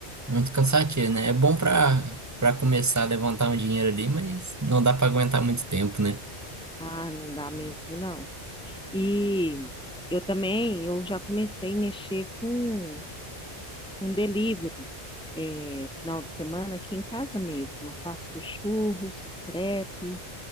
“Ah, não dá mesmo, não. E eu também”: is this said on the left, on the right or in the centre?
Centre